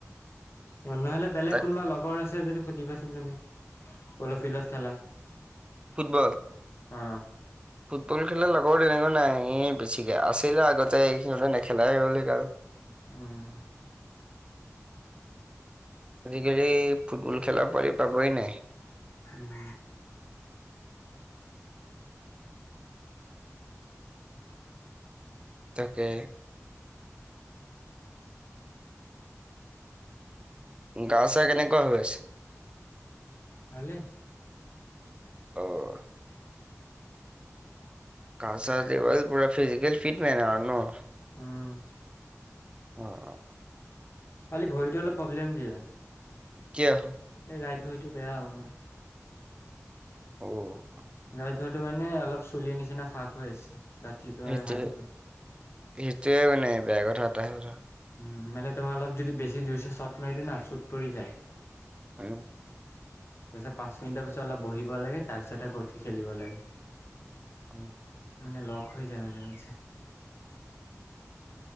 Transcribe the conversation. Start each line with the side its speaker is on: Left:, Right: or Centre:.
Left: অ', নহ'লে বেলেগ
Right: তাক
Left: কোনোবা লগৰ আছে যদি সুধিবাচোন তুমি। পল' ফিল্ডত খেলা
Right: ফুটবল
Left: আহ।
Right: ফুটবল খেললে লগৰ তেনেকে নাই এই বেছিকে আছিলে আগতে এইখিনিতে নেখেলাই হ'ল আৰু।
Left: উম।
Right: আজিকালি ফুটবল খেলা পোৱালি পাবই নাই।
Left: উম।
Right: তাকে। গাও চা কেনেকুৱা হৈ আছে?
Left: ভালে।
Right: অ'। কা চাৰটিব পূৰা ফিজিকেল ফিট নাই ন অৰু।
Left: উম।
Right: অ', অ'।
Left: খালি ভৰিটো অলপ প্ৰব্লেম দিয়ে।
Right: কিয়?
Left: এই ৰাইত ভৰিটো বেয়াও মোৰ।
Right: অ'।
Left: ৰাইট ভৰিটো মানে অলপ চুলিৰ নিচিনা ফাঁক হৈ আছে গাঁঠটো
Right: সেইটোৱে
Left: হাৰ্ডীটো।
Right: সেইটোৱে মানে বেয়া কথা এটা হ'ল আৰু।
Left: উম্, মানে তোমাৰ অলপ যদি বেছি জুৰ্ছে চো'ট মাৰি দিওঁ না চট পৰি যায়।
Right: উম্,
Left: তাৰপিছত পাচ মিনিটৰ পিছত অলপ বহিব লাগে, তাৰপিছতহে আকৌ উঠি খেলিব লাগে। উ
Right: উম্,
Left: মানে লক হৈ যায় মাজে মাজে।